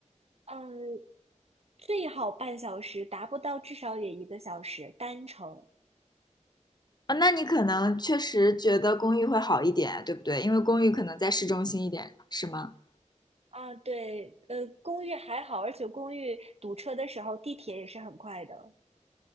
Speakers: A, on the right (about 55°); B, on the left (about 35°).
A: 嗯，最好半小时，达不到至少也一个小时单程。
B: 啊，那你可能确实觉得公寓会好一点，对不对？因为公寓可能在市中心一点，是吗？
A: 啊，对，呃，公寓还好，而且公寓堵车的时候，地铁也是很快的。